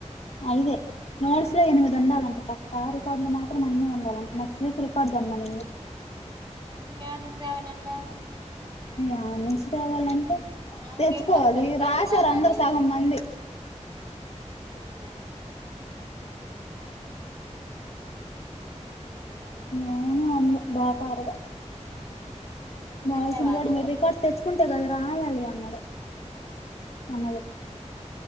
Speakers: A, on the left; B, on the right.
A: అయిదే.
B: ఉమ్
A: నోడ్స్ లో ఎనిమిది ఉండాలంట పక్కా. రికార్డులు మాత్రం అన్ని ఉండాలంట. నెక్స్ట్ వీక్ రికార్డు దేమ్మనింది.
B: ఉమ్ ఏడ్నుంచి దేవాలంట.
A: ఆ నెక్స్ట్ అవాలంటే
B: ఆమెకేం
A: తెచ్చుకోవాలి,
B: కొత్త రికార్డు
A: రాశారు
B: కావాలి
A: అందరు సగం మంది.
B: ఉమ్ నా. చూడాలా.
A: ఏమో ఉంది బేకారుగా.
B: నువ్వు
A: బాయ్స్
B: తెచ్చావా
A: ని గుడా,
B: తెచ్చుకున్నావా
A: మీర్ రికార్డు తెచ్చుకుంటే గదా. రాయాలి అన్నాడు, అన్నది.